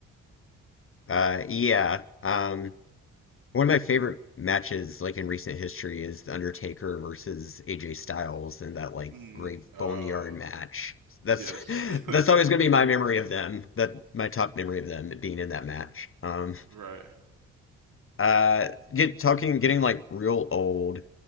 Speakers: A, on the left; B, on the right.
A: uh, yeah. Um, One of my favorite matches, like in recent history, is The Undertaker versus AJ Styles in that like
B: Mm,
A: grave
B: uh,
A: boneyard match. That's
B: yes.
A: <laughs>
B: <laughs>
A: that's always gonna be my memory of them. That my top memory of them being in that match. Um,
B: Right.
A: uh, get talking, getting like real old.